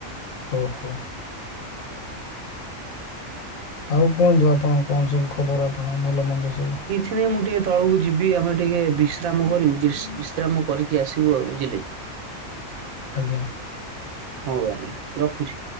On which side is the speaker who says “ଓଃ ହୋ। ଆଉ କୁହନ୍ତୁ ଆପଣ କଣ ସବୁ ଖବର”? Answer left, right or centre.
Left